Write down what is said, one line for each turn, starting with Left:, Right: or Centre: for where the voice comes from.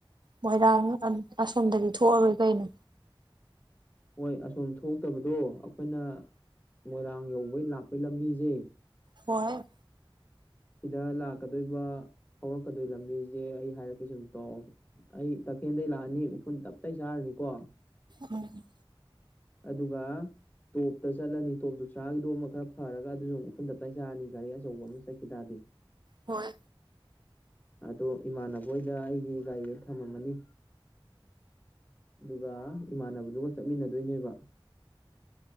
Right: ꯃꯣꯏꯔꯥꯡ ꯑꯁꯣꯝꯗꯒꯤ ꯊꯣꯛꯑꯔꯣꯏ ꯀꯩꯅꯣ
Left: ꯍꯣꯏ ꯑꯁꯣꯝ ꯊꯣꯛꯇꯕꯗꯣ ꯑꯩꯈꯣꯏꯅ ꯃꯣꯏꯔꯥꯡ ꯌꯧꯕꯩ ꯂꯥꯛꯄꯩꯒꯤ ꯂꯝꯕꯤꯁꯦ
Right: ꯍꯍꯣꯏ
Left: ꯁꯤꯗ ꯂꯥꯛꯀꯗꯣꯏꯕ ꯐꯥꯎꯔꯛꯀꯗꯣꯏ ꯂꯝꯕꯤꯁꯦ ꯑꯩ ꯍꯥꯏꯔꯛꯀꯦ ꯁꯨꯝ ꯇꯧꯑꯣꯕ ꯑꯩ ꯇꯈꯦꯜꯗꯒꯤꯩ ꯂꯥꯛꯑꯅꯤ ꯎꯐꯨꯜ ꯇꯞꯇꯇꯩ ꯆꯥꯔꯅꯤꯀꯣ
Right: ꯎꯝ
Left: ꯑꯗꯨꯒ ꯇꯣꯞꯇ ꯆꯠꯂꯅꯤ ꯇꯣꯞꯇꯨ ꯆꯥꯒꯤꯗꯣ ꯑꯃ ꯈꯔ ꯐꯔꯒ ꯑꯗꯨꯁꯨ ꯎꯐꯨꯟꯗ ꯇꯥꯏꯁꯥꯔꯅꯤ ꯒꯥꯔꯤ ꯑꯆꯧꯕ ꯑꯃ ꯆ ꯏꯗꯥꯗꯤ
Right: ꯍꯣꯏ
Left: ꯑꯗꯣ ꯏꯃꯥꯟꯅꯕꯣꯏꯗ ꯑꯩꯒꯤ ꯒꯥꯔꯤꯗꯣ ꯊꯝꯃꯝꯃꯅꯤ ꯑꯗꯨꯒ ꯏꯃꯥꯟꯅꯕꯗꯨꯒ ꯆꯠꯃꯤꯟꯅꯗꯣꯏꯅꯦꯕ